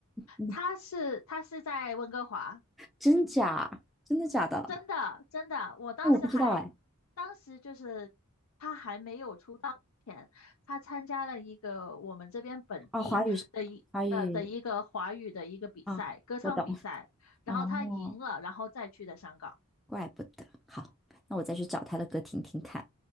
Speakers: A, in the centre; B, on the left (about 80°).
A: 嗯
B: 她是她是在温哥华。
A: 真假？真的假的？
B: 真的，真的，我当时还，
A: 哎，我不知道哎。
B: 当时就是他还没有出道前，他参加了一个我们这边本地的一呃的一个华语的一个比赛，
A: 哦，华语是，华语啊，
B: 歌唱比赛，
A: 我懂。
B: 然后他赢了，
A: 哦，
B: 然后再去的香港。
A: 怪不得。好，那我再去找他的歌听听看。